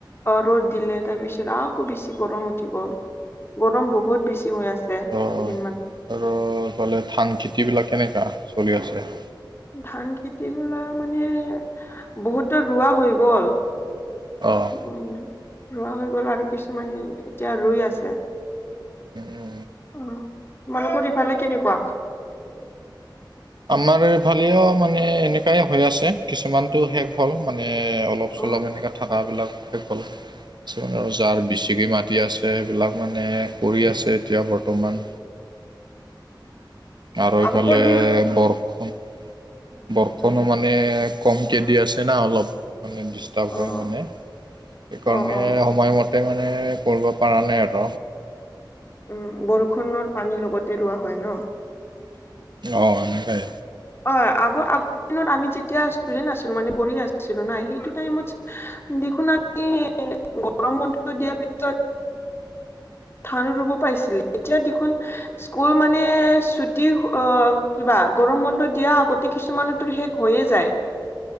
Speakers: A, on the left; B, on the right.
A: ৰ'দ দিলে তাৰপিছত আ, বেছি গৰম উঠি গ'ল গৰম বহুত বেছি হৈ আছে।
B: অ
A: কেইদিনমান
B: আৰু এইফালে ধান খেতি বিলাক কেনেকা চলি আছে।
A: ধান খেতি বিলাক মানে বহুতো ৰোৱা হৈ গ'ল।
B: অ।
A: উ ৰুৱা হৈ গ'ল আৰু কিছুমান এতিয়া ৰুই আছে।
B: উম।
A: অ তোমালোকৰ ইফালে কেনেকুৱা।
B: আমাৰ এইফালেও মানে এনেকাই হৈ আছে কিছুমানতটো শেষ হ'ল। মানে অলপ চলপ
A: অ
B: এনেকাে থকাবলাক শেষে কিছুমানে আৰু জাৰ বেচিকি ম <unintelligible> আছে সেইবিলাক মানে কৰি আছে এতিয়া বৰ্তমান। আৰু
A: আগৰ
B: এইফালে
A: দিনত
B: বৰষুণ বৰষুণো
A: উম।
B: মানে কমকে দি আছে না অলপ। মানে ডিষ্টাব
A: অ',
B: হয় মানে সেইকাৰণে
A: অ', অ'।
B: সময়ম তে মানে কৰিব পৰা নাই আৰ
A: উম বৰষুণৰ পানী লগতে ৰোৱা হয় ন।
B: অ এনেকাই।
A: অ আগ আগৰ দিনত আমি যেতিয়া ষ্টুডেন্টছ আছিলো মানে পঢ়ি আছিলো না সেইটো টাইমত। দেখোন আমি গৰম বন্ধু দিয়াৰ পিছত। থান ৰুব পাইছিলে এতিয়া দেখোন। স্কুল মানে ছুটি অ কিবা গৰম বন্ধত। দিয়া আগতে কিছুমানৰত শেষ হৈয়ে যায়।